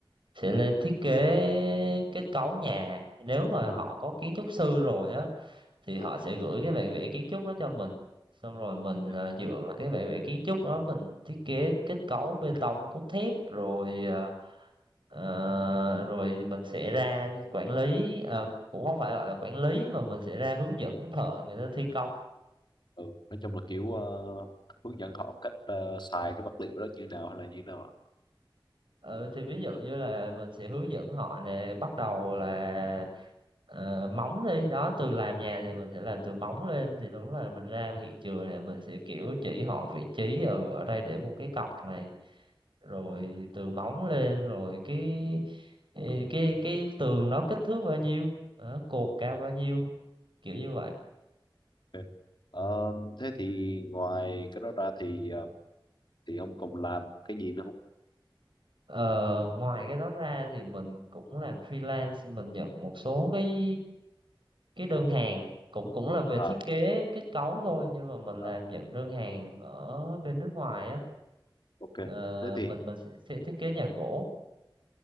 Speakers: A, on the right; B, on the left.
A: sẽ lên thiết kế kết cấu nhà. Nếu mà
B: ừ,
A: họ có kiến trúc sư rồi á thì
B: ừ,
A: họ sẽ gửi cái bản vẽ kiến trúc đó cho mình xong rồi mình
B: ok
A: à, dựa vào cái bản vẽ kiến trúc đó mình thiết kế kết cấu bê tông cốt thép rồi à, ờ, rồi mình sẽ ra quản lý à, cũng không phải gọi là quản lý mà mình sẽ ra hướng dẫn thợ người ta thi công
B: ừ. nói chung là kiểu ờ, hướng dẫn họ cách ờ, xài cái vật liệu đó như nào hay là như nào ạ?
A: Ừ, thì ví dụ như là mình sẽ hướng dẫn họ nè bắt đầu là ờ, móng đi đó từ làm nhà thì mình sẽ làm từ móng lên thì đúng là mình ra hiện trường này mình sẽ kiểu chỉ họ vị trí ở, ở đây để một cái cọc này rồi từ móng lên rồi cái cái cái, cái tường nó kích thước bao nhiêu đó, cột cao bao nhiêu kiểu như vậy
B: ok Ờ, thế thì ngoài cái đó ra thì ờ, thì ông còn làm cái gì nữa không
A: Ờ, ngoài cái đó ra thì mình cũng làm freelance mình nhận một số cái cái đơn hàng cũng cũng là về
B: à,
A: thiết kế kết cấu thôi nhưng mà mình làm
B: à,
A: nhận đơn hàng ở bên nước ngoài á
B: ok
A: Ờ,
B: thế thì
A: mình mình sẽ, sẽ thiết kế nhà gỗ